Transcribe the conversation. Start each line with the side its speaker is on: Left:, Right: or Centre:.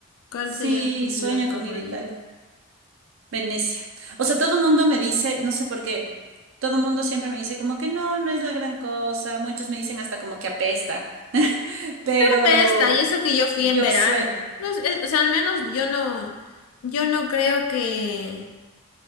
Left: ¿Cuál
Right: sí,
Left: sería tu ciudad
Right: sueño
Left: favorita?
Right: con ir a Italia. Venecia. O sea, todo el mundo me dice, no sé por qué, todo el mundo siempre me dice como que no, no es la gran cosa. Muchos me dicen hasta como que apesta. Pero
Left: Pesta, y eso que yo fui
Right: yo
Left: en verano.
Right: sueño.
Left: No es- es- o sea, al menos yo no, yo no creo que...